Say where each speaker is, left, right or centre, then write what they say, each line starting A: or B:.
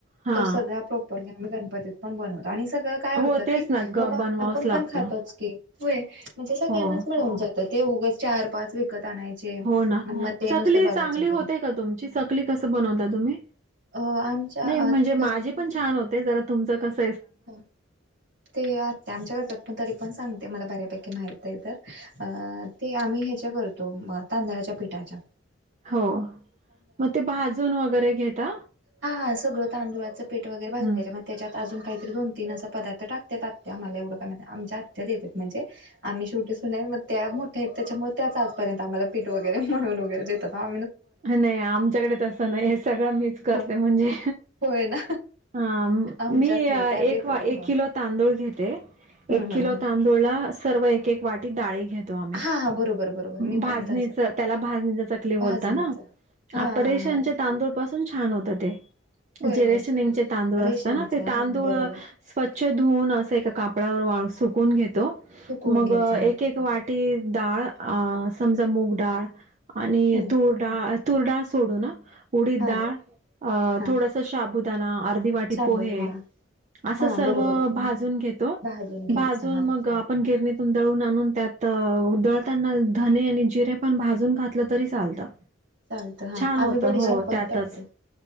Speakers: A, on the right; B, on the right.
A: हा
B: तो सगळ्या प्रॉपरली आम्ही गणपतीत पण बनवतो आणि सगळं काय
A: हो
B: होतं
A: तेच
B: की
A: ना
B: बाबा
A: ग बनवावंच
B: आपण
A: लागतं.
B: पण खातोच हो म्हणजे सगळ्यांनाच
A: हो
B: मिळून जात ते चार पाच विकत आणायचे आणि
A: हो ना
B: मग ते
A: चकली
B: नुसते बघायचे
A: चांगली
B: वगैरे
A: होते का तुमची चकली कसं बनवता तुम्ही
B: अ आमच्या
A: नाही म्हणजे
B: आत
A: माझे पण छान होते जरा तुमच कस
B: ह ते आ ते आमच्या घतात पण तरी ण सांगते मला बऱ्यापैकी माहित आहे तर ते आम्ही ह्याच्या करतो तांदळाच्या पिठा च्या
A: हो मग ते भाजून वगैरे घेतात
B: हा हा सगळं तांदुळाचं पेठ वगैरे भाजून
A: हम्म
B: घ्यायचे मग त्याच्यात अजून काहीतरी दोन तीन अस पदार्थ टाकतात आत्या आम्हाला एवढं काय म्ह आमच्या आत्या देतात म्हणजे आम्ही शेवटीग त्या मोठ त्याच्यामुळे त्या आजर्यंत आम्हाला प वगरे म्हणूनगरेेत आ
A: नाही आमच्याकडे तसं नाही हे सगळं मीच करते
B: होय
A: म्हणजे
B: होय ना
A: हा मी
B: आमच्यात नाही त्या
A: एक
B: देतात
A: एक
B: बनवून
A: किलो तांदूळ घेते
B: हम्म
A: एक
B: हम्म
A: किलो
B: हम्म
A: तांदूळला सर्व एक एक वाटी डाळी घेतो आम्ही
B: हा हा बरोबर बरोबर मी
A: भाजणीच
B: पण तसंच
A: त्याला भाजणीच चकली बोलता
B: भाजणीचा
A: ना
B: हा
A: अ
B: हा
A: परेशांचे
B: हा
A: तांदूळ पाासून छान होत ते
B: होय
A: जे
B: होय
A: रेशमंगचे तांदूळ
B: रेशनचं
A: असतात ना ते तांदूळ
B: हा बरोबर
A: स्वछ स्वच्छ धुऊन असं ए काडावर वा सुकून घेत मग
B: सुकवून घ्यायचा हा
A: एक एक वाटी डाळ समज मूग डाळ आणि
B: हम्म
A: तुरडाळ तुर डाळ सोडू ना उडीत
B: हा
A: डाळ अ
B: हा
A: थोडस शाबू अर्धी वाटी
B: शाबू
A: पोहे
B: हा
A: असं
B: हा
A: सर्व
B: बरोबर
A: भाजून घेतो
B: भाजून घ्यायचं
A: भाजून
B: हा
A: मग आपण गिरणीतून दळून आणून त्यात तर उदळताना धने आणि जिरे पण भाजून घातलं तरी चालतं
B: चालतं हा
A: छान
B: आम्ही
A: होतं
B: बडीशाप
A: हो
B: पण
A: त्यातच
B: टाकतो